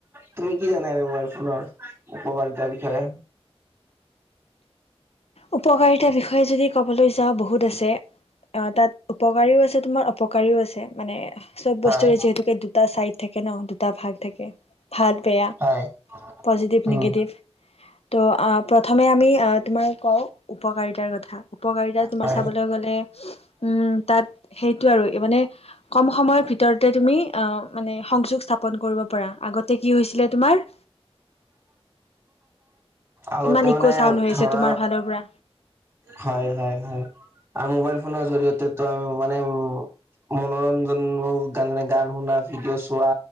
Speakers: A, on the right; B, on the left.
A: তুমি কি জানা এনে মোবাইল ফোনৰ উপকাৰিতাৰ বিষয়ে?
B: উপকাৰিতাৰ বিষয়ে যদি ক'বলৈ যাওঁ বহুত আছে, আহ তাত উপকাৰীও আছে তোমাৰ অপকাৰীও আছে, মানে চব
A: হয়
B: বস্তুৰে যিহেতুকে দুটা চাইড থাকে ন' দু <unintelligible> ভাগ থাকে, ভাল বেয়া।
A: হয়
B: পজিটিভ
A: উম
B: নিগেটিভ ত' প্ৰথমে আমি আহ, তোমাৰ কওঁ উপকাৰিতাৰ কথা উপকাৰিতা তোমাৰ
A: হয়
B: চাবলৈ গ'লে উম, তাত সেইটো আৰু মানে কম সময়ৰ ভিতৰতে তুমি আহ মানে সংযোগ স্থাপন কৰিব পাৰা। আগতে কি হৈছিলে তোমাৰ
A: আগতে
B: ইমান
A: মানে
B: ইক' চাউণ্ড হৈ
A: ধৰা,
B: আছে তোমাৰ ফালৰ পৰা
A: হয় হয় হয়। আৰু মোবাইল ফোনৰ জৰিয়তেতো আমি মানে উ মনোৰঞ্জনোৰ গান শুনা ভিডিঅ' চোৱা